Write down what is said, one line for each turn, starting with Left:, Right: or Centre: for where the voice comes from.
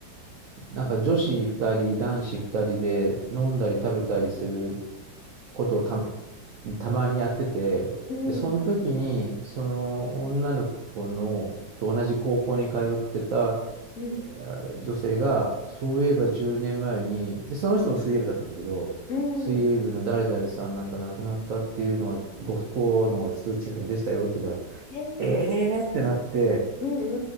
Right: なんか女子2人、男子2人で飲んだり食べたりすることをた、たまにやってて、
Left: うん。
Right: で、その時に、
Left: はい。
Right: その女の子の、と同じ高校に通ってた
Left: うん。
Right: あ女性が、そういえば10年前に、で、その人も水泳部だったんだけど、
Left: うん。
Right: 水泳部の誰々さんなんか亡くなったっていうのが、ご不幸の通知でしたよっていうから、
Left: へえ。
Right: ええーってなって、
Left: うん。う